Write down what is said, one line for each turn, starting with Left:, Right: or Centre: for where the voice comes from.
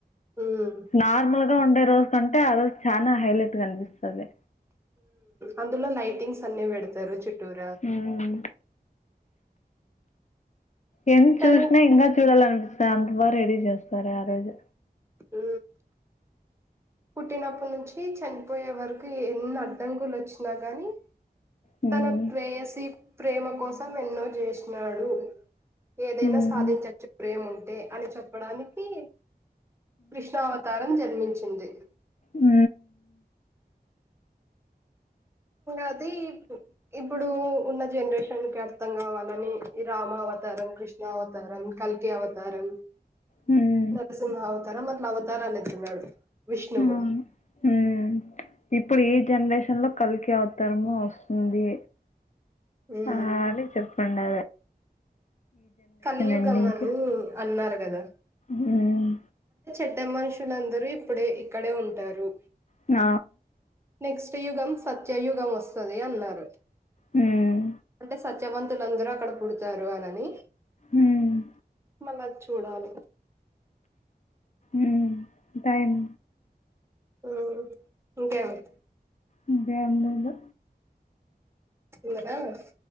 Right: ఉమ్.
Left: నార్మల్ గా ఉం రోజు ఉంటే ఆ రోజు చాన హైలైట్ కనిపిస్తది
Right: అందులో లైటింగ్స్ అన్ని పెడతారు చుట్టూరా
Left: హ్మ్ ఎంత
Right: తను
Left: చూసినా ఇంకా చూడాలనిపిస్త అంతవా రెడీ చేస్తారు ఆ రోజు
Right: ఊ పుట్టినప్పటి నుంచి చనిపోయే వరకు ఎన్ని అడ్డంకలు వచ్చినా గాని
Left: హ్మ్
Right: తన ప్రేయసీ ప్రేమ కోసం ఎన్నో చేసినాడు ఏదైనా
Left: హ్మ్
Right: సాధించచ్చు ప్రేము ఉంటే అని చెప్పడానికి కృష్ణావతారం జన్మించింది
Left: ఊ
Right: అది ఇప్పుడు ఉన్న జనరేషన్ కి అర్థం కావాలని రామా అవతారం కృష్ణ అవతారం కల్కి అవతారం
Left: హ్మ్
Right: నరసింహ అవతారం అట్లా అవ <unintelligible> ఎత్తిన్నాడు విష్ణువు
Left: అవును హ్మ్ ఇప్పుడు ఈ జనరేషన్ లో కలికి అవతరము వస్తుంది
Right: ఉమ్
Left: ఆ <unintelligible> చెప్పండి
Right: కలియుగమని
Left: ఎండింగ్ కి
Right: అన్నారు కదా
Left: హ్మ్
Right: ఇద్ద మనుషులందరూ ఇప్పుడే ఇక్కడే ఉంటారు
Left: ఆ
Right: నెక్స్ట్ యుగం సత్యయుగం వస్తది అన్నారు
Left: హ్మ్
Right: అంటే సత్యవంతులన్దరూ అక్కడ పుడతారు అనని
Left: ఉమ్
Right: మల్లది చూడాల
Left: ఉమ్ టైమ్
Right: ఉమ్ ఇంకేమి
Left: అంటే అందలో
Right: ఇంగనా